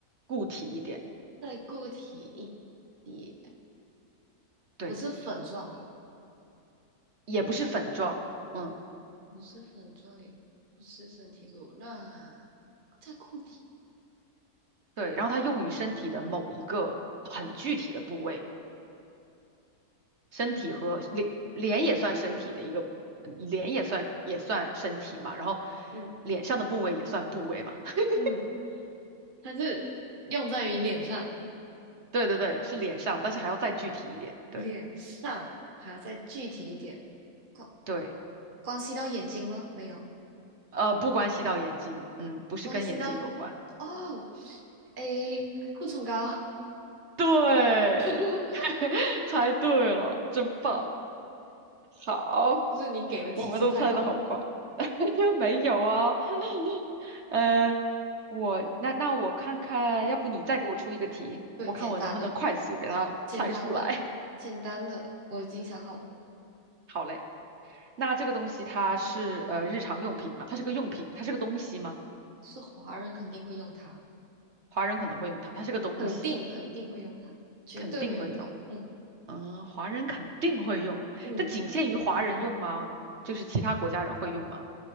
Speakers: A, on the right; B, on the right.
A: 固体一点，
B: 再固体一点，
A: 对，
B: 不是粉状吧？
A: 也不是粉状，嗯，
B: 不是粉状，也不是身体乳，那再固体，
A: 对，然后它用于身体的某一个很具体的部位。身体和脸脸也算身体的一个，
B: 嗯
A: 嗯脸也算也算身体嘛，然后
B: 嗯嗯
A: 脸上的部位也算部位嘛。<laughs>
B: 嗯，它是用在于脸上的，
A: 对对对，是脸上，但是还要再具体一点。对
B: 脸上还要再具体一点，关
A: 对，
B: 关系到眼睛吗？没有，
A: 呃，不关系到眼睛，嗯，不是跟眼睛有关。
B: 关系到哦，诶，护唇膏，
A: 对，
B: <laughs>
A: <laughs> 猜对了，真棒。好，
B: 不是你给的提示太好了，
A: 我们都猜的好快。<laughs> 没有啊，<laughs> 呃，我那那我看看，要不你再给我出一个题，
B: 对，
A: 我看我能不能快速给它猜出来。
B: 简单的，简单的，简单的，我已经想好了。
A: 好嘞，那这个东西它是呃日常用品嘛？它是个用品，它是个东西吗？
B: 是华人肯定会用它，
A: 华人可能会用它，它是个东西，
B: 肯定肯定会用它，绝对会用它。
A: 肯定会用。
B: 嗯
A: 嗯，华人肯定会用，
B: 嗯，
A: 这仅限于华人用吗？就是其他国家人会用吗？